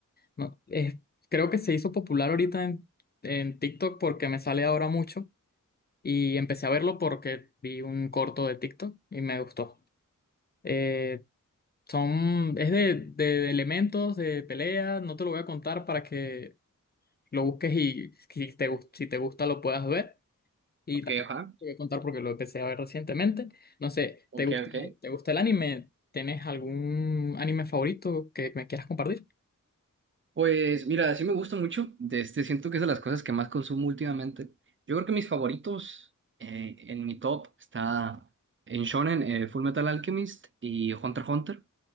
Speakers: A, on the left; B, on the right.
A: No, es- creo que se hizo popular ahorita en, en TikTok porque me sale ahora mucho y empecé a verlo porque vi un corto de TikTok y me gustó. Eh, Son, es de, de elementos, de pelea, no te lo voy a contar para que lo busques y si te, gus- si te gusta lo puedas ver. Y
B: Ok,
A: tampoco
B: ajá.
A: te voy a contar porque lo empecé a ver recientemente. No sé,
B: Ok,
A: ¿te gusta,
B: ok.
A: te gusta el anime? ¿Tienes algún anime favorito que me quieras compartir?
B: Pues mira, sí me gusta mucho. De este, siento que es de las cosas que más consumo últimamente. Yo creo que mis favoritos eh, en mi top está en Shonen, eh, Full Metal Alchemist y Hunter x Hunter.